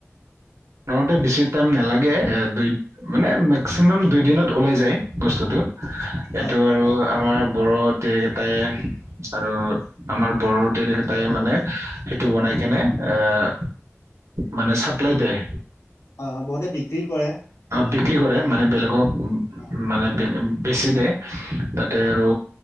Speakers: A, on the right; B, on the left.
A: নওঁতে বেছি টাইম নালাগে এ দুই মানে মেক্সিমাম দুই দিনত ওলাই যায় বস্তুটো
B: হয়
A: এইটো
B: হয় হয়
A: আৰু আমাৰ বড়ো তিৰিকেইটাই আৰু আমাৰ বড়ো তিৰিকেইটাই মানে সেইটো বনাই কিনে আঁহ মানে চাপ্লাই দিয়ে।
B: হয় হয় বহুতে বিক্ৰী কৰে হয়।
A: বিক্ৰী মানে বেলেগক
B: অ
A: মানে বেছি দিয়ে। তাতে আৰু